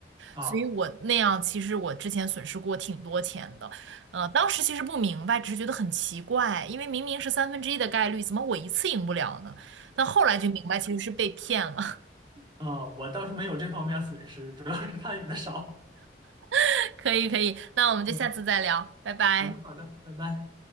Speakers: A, on the right; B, on the right.
A: 啊
B: 所以我那样其实我之前损失过挺多钱的，呃，当时其实不明白，只是觉得很奇怪，因为明明是三分之一的概率，怎么我一次赢不了呢？但后来就明白其实是被骗了，
A: 啊，我倒是没有这方面损失，主要是参与的少。
B: <laughs> 可以可以，那我们就下次再聊，
A: 嗯，
B: 拜拜。
A: 好的好的，拜拜。